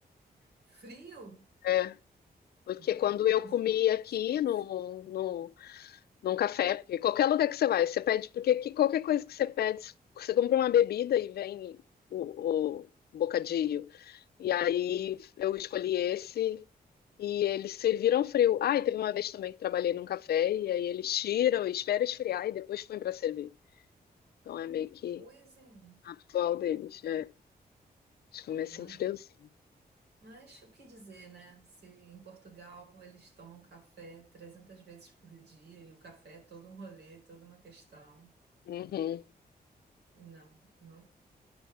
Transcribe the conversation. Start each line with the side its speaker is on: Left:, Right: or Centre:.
Right: Frio?
Left: É. Porque
Right: Não,
Left: quando eu
Right: <laughs>
Left: comi aqui
Right: esquece.
Left: no, no Num café, porque qualquer lugar que você vai, você pede, porque que qualquer coisa que você pede, você compra uma bebida e vem o, o bocadinho. E aí eu escolhi esse e eles serviram frio. Ah, e teve uma vez também que trabalhei num café e aí eles tiram, esperam esfriar e depois põem para servir. Então é meio que
Right: Que coisa, hein?
Left: habitual deles. É, eles começam
Right: Ah, não.
Left: friozinho.
Right: Mas o que dizer, né? Se em Portugal eles tomam café 300 vezes por dia e o café é todo um rolê, toda uma questão.
Left: Uhum,
Right: Não, não.